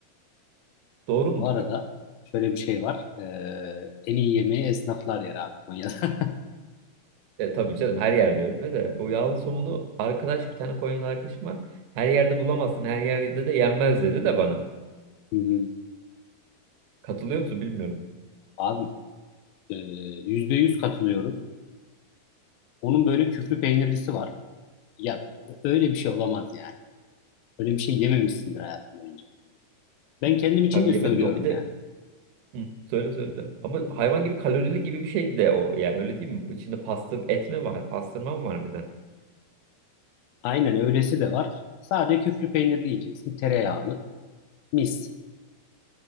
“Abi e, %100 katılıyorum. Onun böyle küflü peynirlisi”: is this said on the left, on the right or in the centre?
Left